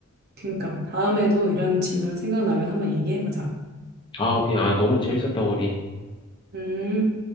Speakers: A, on the right; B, on the left.
A: 그러니까 다음에도 이런 질문 생각나면 한번 얘기해보자.
B: 아 그냥 아, 너무 재밌었다 우리.
A: 음.